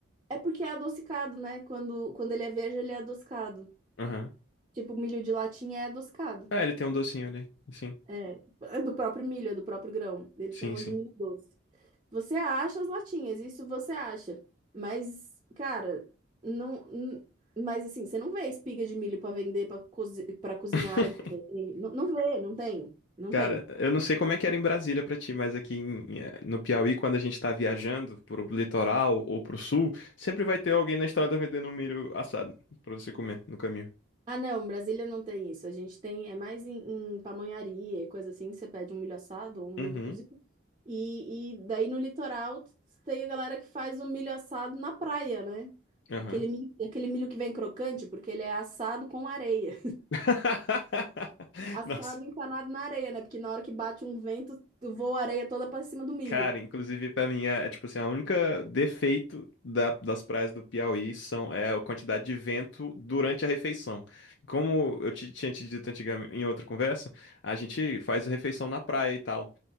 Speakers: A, on the right; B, on the left.
A: É porque é adocicado, né? Quando, quando ele é verde, ele é adocicado.
B: Aham.
A: Tipo, milho de latinha é adocicado.
B: É, ele tem um docinho ali. Sim,
A: É, é do próprio milho, é do próprio grão. Eles
B: sim,
A: chamam
B: sim.
A: de milho doce. Você acha as latinhas, isso você acha. Mas, cara, não. n- Mas assim, você não vê espiga de milho pra vender, pra cozi para cozinhar
B: <laughs>
A: e comer. Não, não vê, não tem. Não
B: Cara,
A: tem.
B: eu não sei como é que era em Brasília pra ti, mas aqui em- em, eh, no Piauí, quando a gente tá viajando pro litoral ou pro sul, sempre vai ter alguém na estrada vendendo um milho assado pra você comer no caminho.
A: Ah, não, Brasília não tem isso. A gente tem, é mais em, em pamonharia e coisa assim, que você pede um milho assado ou um
B: Uhum,
A: milho cozido. E, e daí no litoral tem a galera que faz o milho assado na praia, né?
B: aham.
A: Aquele milho, aquele milho que vem crocante, porque ele é assado com areia.
B: <laughs>
A: Assado
B: Nossa,
A: empanado na areia, né? Porque na hora que bate um vento, tu voa a areia toda pra cima do milho.
B: cara, inclusive pra mim é, é, tipo assim, a única defeito da- das praias do Piauí são é a quantidade de vento durante a refeição. Como eu te, tinha te dito antigamente em outra conversa, a gente faz a refeição na praia e tal.